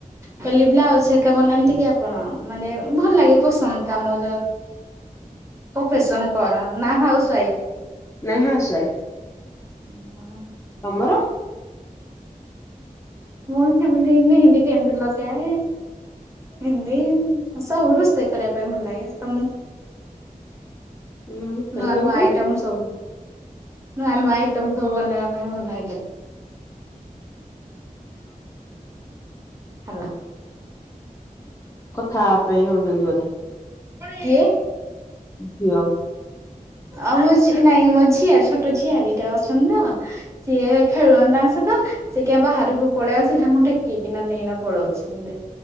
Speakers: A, on the right; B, on the left.
A: କହିଲି ବ୍ଲାଉଜ ହେରିକା ବନାନ୍ତି କି ଆପଣ ମାନେ ଭଲ ଲାଗେ ପସନ୍ଦ କାମ ପ୍ରଫସନ କଣ ନା ହାଉସ ୱାଇଫ।
B: ନାଇଁ
A: ହ
B: ହାଉସ୍ ୱାଇଫ୍
A: ହ
B: ତମର?
A: ମୂଳ ଫେମିଲି ମେହେନ୍ଦୀ ଫେଏ ନ୍ତି ଲଗାଏ। ଏନ୍ଦି ସବୁ ରୋଷେଇ କରିବା ପାଇଁ ଭଲ ଲାଗେ ତମକୁ?
B: ହୁଁ ସେମିତି
A: ନୂଆ ନୂଆ ଆଇଟମ୍ ସବୁ ନୂଆ ନୂଆ ଆଇଟମ୍। ବନେଇବା ପାଇଁ ଭଲ ଲାଗେ। ହଲୋ।
B: ଠାପ ପାଇଁ ହଉନ୍ତି ଓଧେ
A: କିଏ?
B: ଯିଅ।
A: ଆଉ ମୁଁ ଝି ନାଇଁ ମୋ ଝିଅର ଛୋଟ ଝିଅରଟା ଅଛନ୍ତି ତ ସିଏ ଖେଳନ୍ ସେ କାଁଇ ବାହାରକୁ ପଳେଇ ଆସ ତାଙ୍କୁ ଟେକିକିନା ନେଇକିନା ପଳଉଛି